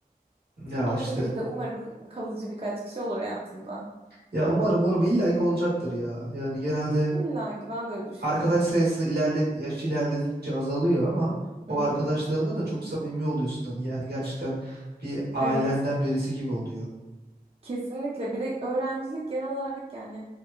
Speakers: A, on the right (about 80°); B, on the right (about 40°).
A: Ya
B: Ama
A: işte.
B: tabii ki de umarım kalıcı birkaç kişi olur hayatımda.
A: Ya umarım umarım illa ki olacaktır ya. Yani genelde
B: İlla ki ben de öyle düşünüyorum.
A: arkadaş sayısı ilerle yaş ilerledikçe azalıyor ama
B: Hı
A: o arkadaşlarına
B: hı.
A: da çok samimi oluyorsun hani yani gerçekten bir ailenden
B: Evet.
A: birisi gibi oluyor.
B: Kesinlikle. Bir de öğrencilik genel olarak yani